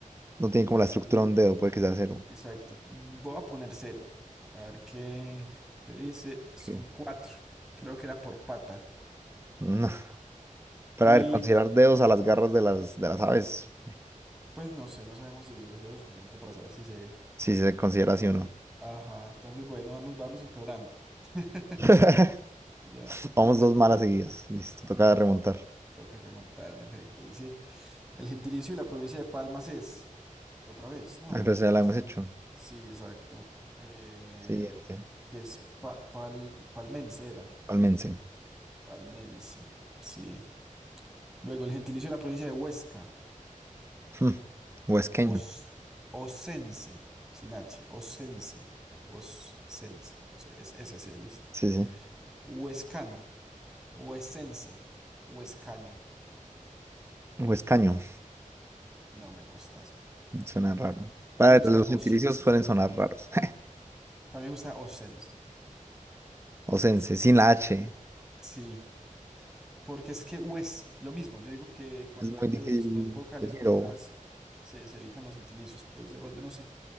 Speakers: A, on the right (about 20°); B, in the centre.
A: no tienen como la estructura de un dedo, puede que sea cero.
B: Exacto. Voy a poner cero, A ver qué, qué dice. Son
A: que-
B: cuatro, Creo que era por pata.
A: No. Pero
B: Y
A: a ver, considerar dedos a las garras de las, de las aves.
B: pues no sé, no sabemos de biología lo suficiente para saber si se...
A: sí se considera así o no.
B: Ajá, entonces bueno, vamos, vamos empeorando. <laughs>
A: <laughs>
B: Ya,
A: Vamos
B: dentro
A: dos
B: de poco.
A: malas seguidas. Listo, toca
B: Ujú,
A: remontar.
B: Tengo que remontar, en efecto. Dice, el gentilicio de la provincia de Palmas es, otra vez, ¿no?
A: A ver, ya la hemos hecho.
B: Sí, exacto. Eh,
A: Siguiente.
B: que es pa- pal- palmensera,
A: Palmense.
B: palmense, sí. Luego el gentilicio de la provincia de Huesca,
A: Hmm, <laughs> Huesqueño.
B: os, osense, sin H, osense, osense, o sea, es s SC, listo.
A: Sí, sí.
B: Huescano, huesense, huescaño.
A: Huescaño.
B: No me gusta eso.
A: Suena raro. Para
B: A mí me gusta
A: los
B: osense,
A: gentilicios suelen sonar raros. <laughs>
B: para mí me gusta osense,
A: Osense, sin la H.
B: sí. Porque es que U es lo mismo. Yo digo que cuando
A: Es muy
B: hay dos,
A: difícil
B: dos vocales
A: decirlo.
B: juntas, se, se evitan los gentilicios, puede ser, o yo no sé.